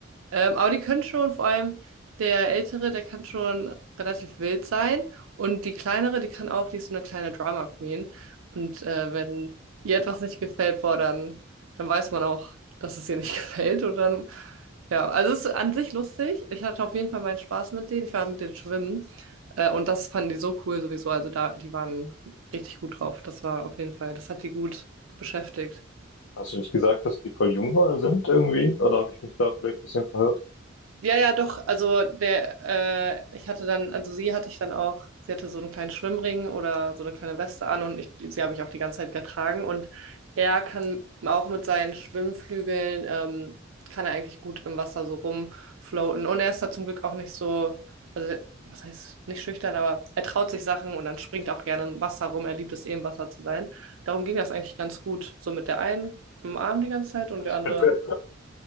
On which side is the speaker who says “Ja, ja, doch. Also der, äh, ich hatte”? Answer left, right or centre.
Right